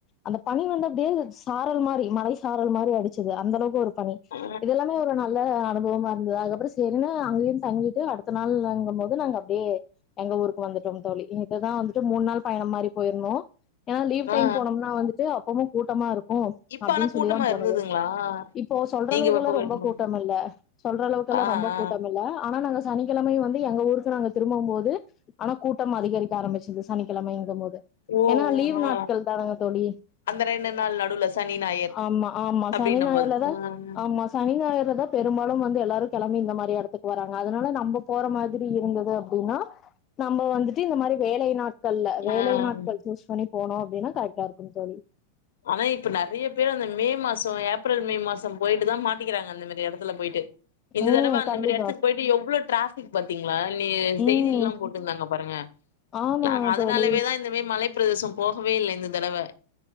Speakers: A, on the left; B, on the left.
A: அந்த பனி வந்து அப்படியே சாரல் மாரி மலை சாரல் மாரி அடிச்சது அந்த அளவுக்கு ஒரு ப்ப
B: ஆ
A: இதெல்லாமே ஒரு நல்ல அனுபவமா இருந்தது அதுக்கப்புறம் செரின்னு அங்கேயும் தங்கிட்டு அடுத்த நாள் வாங்கும் போது நாங்க அப்படியே எங்க ஊருக்கு வந்துட்டோம் தோழி இதுதான் வந்துட்டு மூணு நாள் பயணம் மாரி போயிருந்தோம் ஏன்னா லீவ் டைம்
B: ஆ
A: போனோம்னா வந்துட்டு அப்பமும் கூட்டமா இருக் ஓ
B: இப்ப
A: அப்படின்னு
B: ஆனா
A: சொல்லிதான்
B: கூட்டமா
A: போனது
B: இருந்ததுங்களா
A: இப்போ சொல்ற
B: நீங்க
A: அளவுக்கெல்லாம்
B: எப்ப போயிருக்கும்போது
A: ரொம்ப கூட்டம் இல்ல சொல்ற அளவுக்கெல்லாம்
B: ஆ
A: ரொம்ப
B: ஆ
A: கூட்டம் இல்ல ஆனா நாங் சனிக்கிழமயும் வந்து எங்க ஊருக்கு நாங்க திரும்போம் போது ஆனா கூட்டம் அதிகரிக்க ஆரம்பிச்சது சனிக்கிழமைங்க போது
B: ஓ
A: ஏன்னா லீவ
B: ஓ
A: நாட்கள் தான்ங்க தோழி
B: அந்த ரெண்டு நாள் நடுவுல சனி ஞாயர்
A: ஆமா ஆமா
B: அப்டின்னும்
A: சனிநாயர்
B: போது
A: தான்
B: ஆ
A: ஆமா சனிநாயர்ல தான் பெரும்பாலும் வந்து எல்லாரும் கிளம்பி இந்த மாதிரி இடத்துக்கு வராங்க அதனால நம்ம போற மாதிரி இருந்தது அப்படின்னா நம்ம வந்துட்டு இந்த மாதிரி வேலை நாட்கள்ல வேலை
B: ஆ ஆ
A: நாட்கள் சூஸ் பண்ணி போனும் அப்படின்னா கரெக்டா இருக்குன்னு தோழி
B: ஆனா இப்ப நெறைய பேர் அந்த மே மாசம் சோ ஏப்ரல் மே மாசம் போயிட்டு தான் மாட்டிக்கிறாங்க அந்த மாரி இடத்துல போயிட்டு இந்த
A: ம்
B: தடவை அந்தமாரி
A: கண்டிப்பா
B: இடத்துக்குபோயிட்டு எவ்ளோ டாராப் பாத்தீங் நீ
A: ம்
B: செய்தியெல்லாம் போட்டுருந்தாங்க பாருங்க
A: ஆமா
B: நாங்க அதனாலவேதான்
A: தோழி
B: இந்த மாரி மழ பிரதேசம் போகவே இல்லை இந்த தடவை